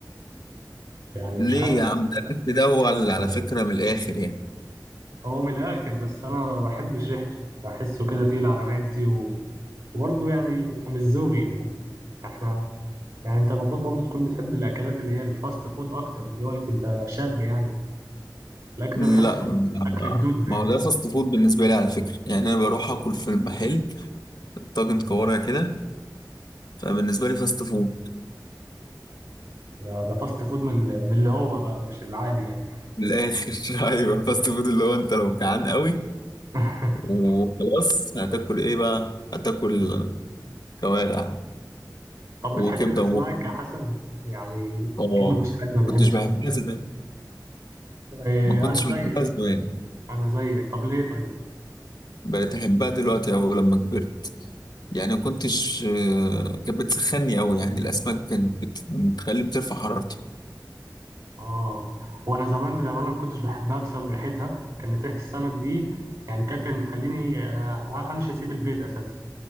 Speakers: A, on the right (about 75°); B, on the left (about 70°).
A: يعني
B: ليه
A: مش عارف
B: يا عم ده الأكل ده هو ال- على فكرة من الآخر يعني
A: هو من الاخر بس انا ما بحبش ريحته بحسه كده تقيل على معدتي و... وبرضه يعني مش ذوقي يعني احنا يعني انت المفروض برضو تكون بتحب الاكلات اللي هي الفاست فود اكتر دلوقتي انت شاب يعني الاكل
B: لا
A: ده بحسه
B: ما
A: اكل جدودنا
B: ما
A: يعني
B: هو ده فاست فود بالنسبة لي على فكرة يعني أنا بروح أكل في المحل طاجن كوارع كده فبالنسبة لي فاست فود
A: ده ده فاست فود من ال- من اللي هو بقى مش العادي يعني
B: من الآخر <laughs> أيوه فاست فود اللي هو أنت لو جعان قوي
A: <laughs>
B: وخلاص هتاكل إيه بقى هتاكل كوارع
A: طب
B: وكبدة
A: بتحب الاسماك
B: ومخ
A: يا حسن يعني
B: آه
A: اكيد مفيش حد ما بيحبش
B: ما كنتش بحبها زمان
A: اه
B: ما كنتش
A: انا زيك
B: بحبها زمان
A: انا زيك طب ليه طيب
B: بقيت احبها دلوقتي او لما كبرت يعني ما كنتش آه، كانت بتسخني قوي يعني الاسماك كانت بت- بتخلي بترفع حرارتي
A: اه وانا زمان للامانه ما كنتش بحبها بسبب ريحتها كانت ريحه السمك دي يعني كافيه ان تخليني آه، امشي اسيب البيت اساسا